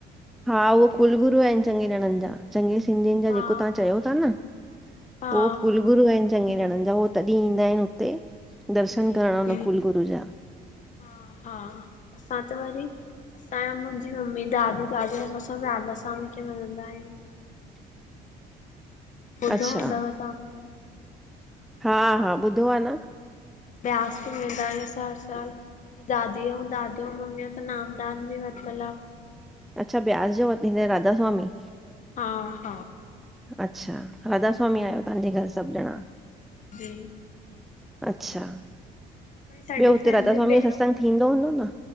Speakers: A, in the centre; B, on the left.
A: हा उह कुलगुरू आहिनि चगें ॼणनि जा चगें सिंधियुनि जा
B: हा
A: जेको तव्हां चयो त न
B: हा
A: हो कुलगुरू आहिनि चगें ॼणनि जा उए तॾहिं ईंदा आहिनि हुते दर्शन
B: जी
A: करण हुन
B: जी
A: कुलगुरू जा
B: हा हा असां त वरी असां मुंहिंजी मम्मी दादी दादी सभ राधा स्वामी खें मझिंदा आहियूं
A: <inaudible>
B: ॿुधो
A: अच्छा
B: हूंदव तांह
A: हा हा ॿुधो आ न
B: व्यास ॿि वेंदायूं हर साल दादी। अयूं दादोू मम्मी त नामदान ॿि वरतल आ
A: अच्छा ब्यास जोे वतिन हिन राधा स्वामी
B: हा हा
A: अच्छा राध स्वामी आहियो तव्हांजे घर सभु ॼणा
B: जी।
A: अच्छा।
B: असांजी
A: ॿियो हुते
B: सॼी फैमिली
A: राधा स्वामी
B: पहिरों
A: जो सत्संग
B: खां
A: थींदो हूंदो न।